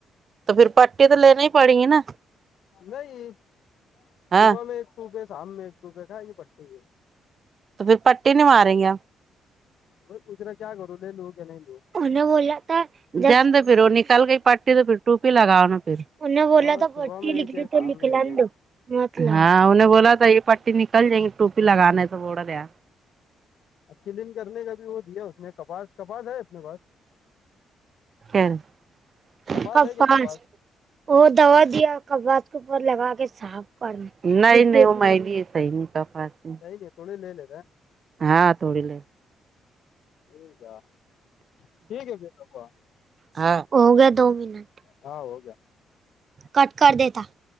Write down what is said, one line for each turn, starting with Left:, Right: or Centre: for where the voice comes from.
Right: तर फर पटी तर ललेण्या पड ना
Left: नाही
Right: हाँ
Left: सुब मे एक सपे शम मे एक रपे खाय पट्टठी
Right: त फर पट्टी नि मारया
Left: भाई पुूच रे क्या करू लू की नाही लू
Right: न बोला ज फर निकल ग पा्टी ते फर टूपी लागान फर उन बोलाता
Left: हाँ सुबह
Right: पटी
Left: में एक
Right: लिखलीली
Left: है शाम
Right: तर लिखला
Left: में एक है
Right: द <inaudible> हाे बोलाता ह पट्टी निकल जायंगी टोपी लगनेचा बोड या.
Left: अ कलिंग कर काी व दे कपास कपाास आहे आप पास
Right: खर
Left: कपास है क्या
Right: पाच.
Left: कपास
Right: हो दवा द कबाात पर लग के सा <unintelligible> नाही नाही महिली सही का पा <unintelligible>
Left: ताई रेकॉर्डिंग लय आले का.
Right: हा थोडी ल.
Left: एक का ठीक आहे बूवा.
Right: ह होग्या दो महिनट <inaudible>
Left: हा हो का <unintelligible>
Right: कट कर देता <inaudible>